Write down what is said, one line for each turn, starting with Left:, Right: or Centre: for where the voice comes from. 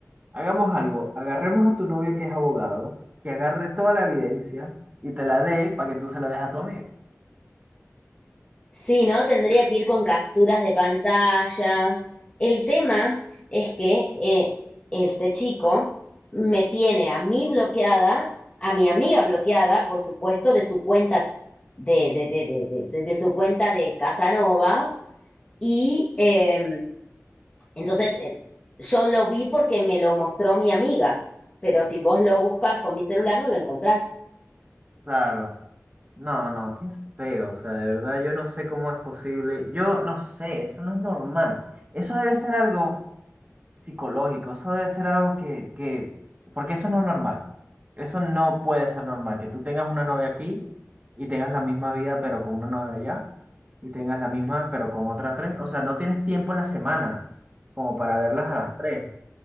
Right: hagamos algo, agarremos a tu novio que es abogado, que agarre toda la evidencia y te la dé para que tú se la des a tu amiga.
Left: Sí, ¿no? Tendría que ir con capturas de pantallas. El tema es que eh, este chico me tiene a mí bloqueada, a mi amiga bloqueada, por supuesto, de su cuenta de, de, de, de, de- de su cuenta de Casanova. Y eh, entonces eh, yo lo vi porque me lo mostró mi amiga. Pero si vos lo buscas con mi celular, no lo encontrás.
Right: Claro. No, no, qué feo, o sea, de verdad yo no sé cómo es posible, yo no sé, eso no es normal, eso debe ser algo psicológico, eso debe ser algo que, que, porque eso no es normal, eso no puede ser normal, que tú tengas una novia aquí y tengas la misma vida pero con una novia allá y tengas la misma pero con otra tres, o sea, no tienes tiempo en la semana como para verlas a las tres,